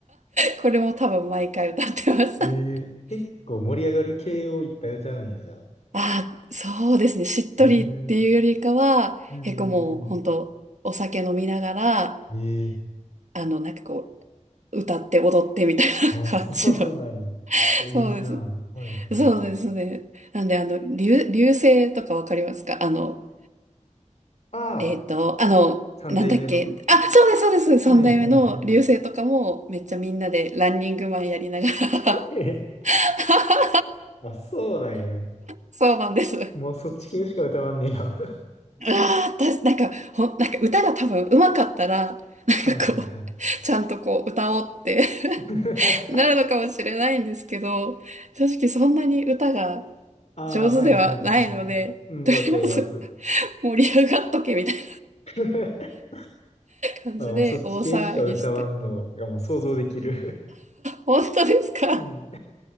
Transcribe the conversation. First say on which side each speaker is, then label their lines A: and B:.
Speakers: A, on the right; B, on the left.
A: <laughs> これも多分毎回歌ってます。
B: えー、
A: <laughs>
B: 結構盛り上がる系をいっぱい歌うんや、じゃあ。
A: ああ、そうですね。しっとりっていうよりかは、
B: うん、うんうんう
A: 結構もう本当お酒飲みながら、
B: ん。ええ
A: あの、なんかこう、歌って踊ってみたいな感じの。
B: あ、そうなんや。
A: <laughs>
B: い
A: そうです。
B: いな。はいはいはい。
A: そうですね。なんで、あの、流、流星とかわかりますかあの、
B: ああ、
A: えっと、あの、
B: 三代目の
A: なんだっけ。あ、そうです、そうです。
B: はいはいはい。
A: 三代目の流星とかも、めっちゃみんなでランニングマンやりながら
B: <laughs> え
A: <laughs>
B: あ、そうなんや。
A: そうなんです。あ
B: もうそっち系しか歌わんねや。<laughs>
A: あ、私、なんか、ほん、なんか歌が多分上手かったら、
B: はいはいはい。
A: なんかこう、ちゃんとこう歌おうって
B: <laughs>
A: <laughs> なるのかもしれないんですけど、正直そんなに歌が
B: ああ、
A: 上手ではないので、
B: はいはいはいはい。うん、
A: とりあえず
B: わかります。
A: 盛り上がっとけみたいな
B: <laughs>
A: 感じで大騒ぎして、
B: あ、もうそっち系しか歌わんのがもう想像できる。
A: 本当ですか
B: うん。